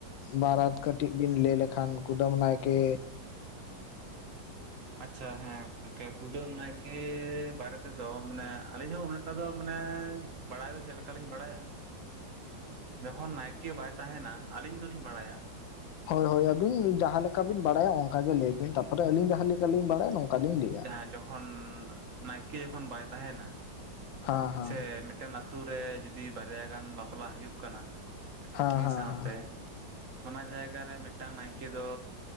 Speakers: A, on the left; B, on the right.
A: ᱵᱟᱨᱟᱛ ᱠᱟᱹᱴᱤᱡ ᱵᱤᱱ ᱞᱟᱹᱭ ᱞᱮᱠᱷᱟᱱ ᱠᱩᱰᱟᱹᱢ ᱱᱟᱭᱠᱮᱼ
B: ᱟᱪᱪᱷᱟ ᱦᱮᱸ᱾ ᱝᱠᱮ ᱠᱩᱰᱟᱹᱢ ᱱᱟᱭᱠᱮᱹᱻ ᱵᱟᱨᱮ ᱛᱮᱫᱚ ᱢᱟᱱᱮ ᱟᱹᱞᱤᱧ ᱦᱚᱸ ᱩᱱᱟᱹᱜ ᱴᱟ ᱫᱚ ᱢᱟᱱᱮᱻ ᱵᱟᱲᱟᱭ ᱫᱚ ᱪᱮᱫ ᱞᱮᱠᱟ ᱞᱤᱧ ᱵᱟᱲᱟᱭᱟ, ᱡᱚᱠᱷᱚᱱ ᱱᱟᱭᱠᱮᱹ ᱵᱟᱭ ᱛᱟᱦᱮᱱᱟ ᱟᱹᱞᱤᱧ ᱫᱚᱞᱤᱧ ᱵᱟᱲᱟᱭᱟ
A: ᱦᱳᱭ ᱦᱳᱭ ᱟᱹᱵᱤᱱ ᱡᱟᱦᱟᱸ ᱞᱮᱠᱟ ᱵᱤᱱ ᱵᱟᱲᱟᱭᱟ ᱚᱱᱠᱟ ᱜᱮ ᱞᱟᱹᱭ ᱵᱤᱱ, ᱛᱟᱯᱚᱨᱮ ᱟᱹᱞᱤᱧ ᱡᱟᱦᱟᱸ ᱞᱮᱠᱟᱞᱤᱧ ᱵᱟᱲᱟᱭᱟ ᱱᱚᱝᱠᱟ ᱞᱤᱧ ᱞᱟᱹᱭᱟ᱾
B: ᱡᱟᱦᱟᱸ ᱡᱚᱠᱷᱚᱱ ᱱᱟᱭᱠᱮᱹ ᱡᱚᱠᱷᱚᱱ ᱵᱟᱭ ᱛᱟᱦᱮᱱᱟ,
A: ᱦᱮᱸ ᱦᱮᱸ
B: ᱥᱮ ᱢᱤᱫᱴᱮᱱ ᱟᱛᱩ ᱨᱮ ᱡᱩᱫᱤ ᱵᱟᱨᱭᱟ ᱜᱟᱱ ᱵᱟᱯᱞᱟ ᱦᱩᱭᱩᱜ ᱠᱟᱱᱟ,
A: ᱦᱮᱸ
B: ᱢᱤᱜ
A: ᱦᱮᱸ
B: ᱥᱟᱶᱛᱮᱼᱼ
A: ᱦᱮᱸ
B: ᱚᱱᱟ ᱡᱟᱭᱼᱼ ᱡᱟᱭᱜᱟ ᱨᱮ ᱢᱤᱴᱟᱝ ᱱᱟᱭᱠᱮᱹ ᱫᱚ